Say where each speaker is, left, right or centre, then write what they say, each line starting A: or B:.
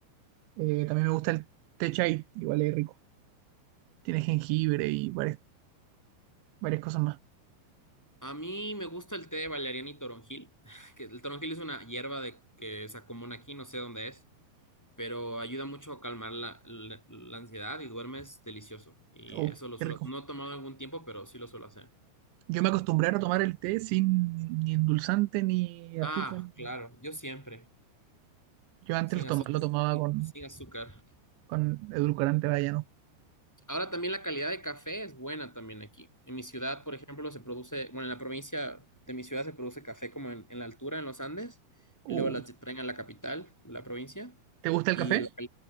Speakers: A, on the right; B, in the centre.
A: Eh, también me gusta el té chai, igual es rico. Tiene jengibre y varias, varias cosas más.
B: A mí me gusta el té de valeriana y toronjil, <laughs> <sighs> que el toronjil es una hierba de que se común aquí, no sé dónde es, pero ayuda mucho a calmar la, la- la ansiedad y duermes delicioso. Y
A: Oh,
B: eso lo suelo,
A: qué rico.
B: no he tomado en algún tiempo, pero sí lo suelo hacer.
A: Yo me acostumbré a tomar el té sin ni endulzante ni
B: Ah,
A: azúcar. ni
B: claro,
A: nada.
B: yo siempre,
A: Yo antes
B: sin
A: lo tomaba,
B: azúcar,
A: lo tomaba
B: sin
A: con,
B: sin azúcar.
A: con edulcorante, vaya, ¿no?
B: Ahora también la calidad de café es buena también aquí. En mi ciudad, por ejemplo, se produce, bueno, en la provincia de mi ciudad se produce café como en, en la altura, en los Andes, y
A: Uh,
B: luego la traen a la capital de la provincia.
A: ¿te gusta
B: Y
A: el café?
B: el,